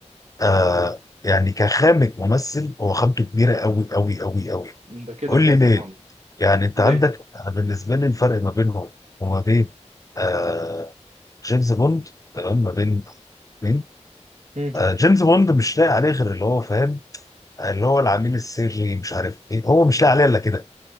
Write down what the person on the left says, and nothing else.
آه يعني كخامة ممثل هو خامته كبيرة أوي أوي أوي أوي
قول
لي
ليه يعني انت
عندك انا بالنسبه لي الفرق ما بينهم وما بين آه جيمس بوند تمام ما بين مين
آه جيمس بوند مش لاقي عليه غير اللي هو فاهم اللي هو العميل السري مش عارف ايه هو مش لاقي عليه الا كده